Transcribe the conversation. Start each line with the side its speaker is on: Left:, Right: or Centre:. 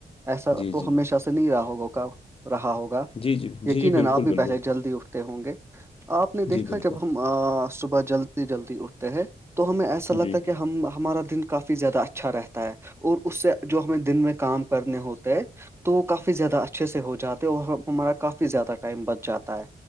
Right: ایسا
Left: جی
Right: تو
Left: جی
Right: ہمیشہ سے نہیں رہا ہوگا کا رہا ہوگا
Left: جی جی
Right: یقیناً
Left: جی جی بالکل
Right: آپ
Left: بالکل
Right: پہلے جلدی اٹھتے ہوں گے آپ نے
Left: جی
Right: دیکھا
Left: بالکل
Right: جب ہم صبح جلدی جلدی اٹھتے ہیں تو ہمیں ایسا لگتا
Left: جی
Right: ہے کہ ہم ہمارا دن کافی زیادہ اچھا رہتا ہے اور اس سے جو ہمیں دن میں کام کرنے ہوتے تو وہ کافی زیادہ اچھے سے ہو جاتے اور ہمارا کافی زیادہ ا ٹائم بچ جاتا ہے